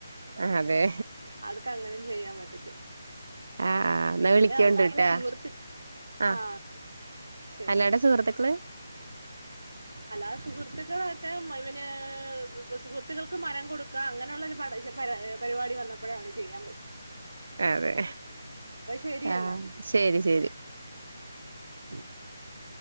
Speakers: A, on the right (about 60°); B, on the right (about 80°).
A: ആ അതെ
B: ക്ക് അങ്ങനും ചെയ്യാൻ പറ്റത്തില്ല
A: ആഹ് എന്നാ
B: പിന്നെ
A: വിളിക്കോണ്ടിട്ടാ
B: അല്ലാതെ സുഹൃത്ത്
A: ആഹ്
B: ആ ശരി
A: അല്ലാടെ സുഹൃത്തുക്കള്
B: അല്ലാതെ സുഹൃത്തുക്കളൊക്കെ മെവന് സുഹൃത്തുക്കൾക്ക് മരം കൊടുക്ക അങ്ങനെള്ളൊരു പടേശ പച പരിപാടി വന്നപ്പോഴേ അവന് ചെയ്യാൻ പറ്റിയ
A: അതെ
B: ശരി
A: ആ
B: എന്നാ
A: ശരി ശരി
B: <inaudible>